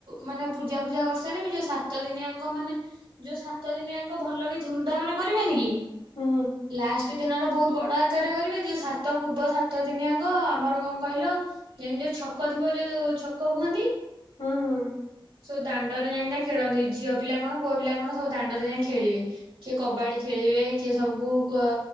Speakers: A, on the right; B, on the left.
A: ମାନେ ପୂଜା ଫୂଜା କରିସାରିବି ଯୋଉ ସାତ ଦିନିଆଙ୍କ ମାନେ ଯୋଉ ସାତ ଦିନିଆଙ୍କ ଭଲ କି ଧୁମଧାମରେ କରିବେନି କି
B: ହୁଁ
A: ଲା ଷ୍ଟେ ଦିନ‌ଓରା ବୋହୁତ ବଡ ଆକାରରେ କରିବେ ଯେ ସାତ ପୂର୍ବ ସାତ ଦିନିଆଙ୍କ ଆମର କଣ କହିଲ ଯେମିତି ଯୋଉ ଛକ ଥିବ ଯୋଉ ଛକ କୁହନ୍ତି।
B: ହୁଁ ହୁଁ।
A: ସବୁ ଦାଣ୍ଡରେ ଯାଇକିନା ଖେଳନ୍ତି। ଝିଅ ପିଲା କଣ ପୁଅ ପିଲା କଣ ସବୁ ଦାଣ୍ଡରେ ଯାଇଁକି ଖେଳିବେ। କିଏ କବାଡି ଖେଳିବେ କିଏ ସବୁ କ